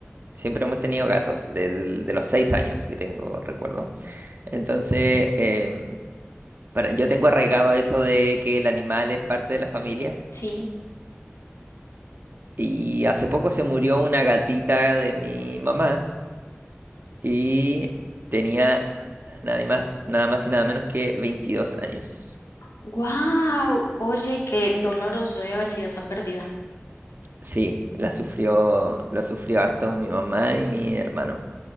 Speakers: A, on the right (about 45°); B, on the left (about 85°).
A: Siempre hemos tenido gatos, del- de, los seis años que tengo, recuerdo. Entonces, em, para, yo tengo arraigado eso de que el animal es parte de la familia.
B: Sí.
A: Y hace poco se murió una gatita de mi mamá y tenía nada más, nada más y nada menos que 22 años.
B: ¡Wow! Oye, qué doloroso debe haber sido esa pérdida.
A: Sí, la sufrió, lo sufrió harto mi mamá y mi hermano.